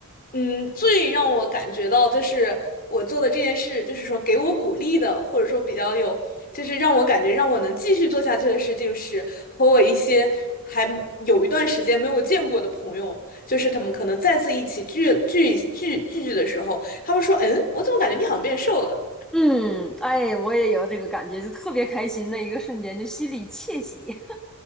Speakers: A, on the left; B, in the centre.
A: 嗯，最让我感觉到就是我做的这件事，就是说给我鼓励的，或者说比较有，就是让我感觉让我能继续做下去的事，就是和我一些还有一段时间没有见过的朋友，就是他们可能再次一起聚聚聚聚聚的时候，他们说，嗯，我怎么感觉你好像变瘦了？
B: 嗯，哎，我也有这个感觉，就特别开心的一个瞬间，就心里窃喜。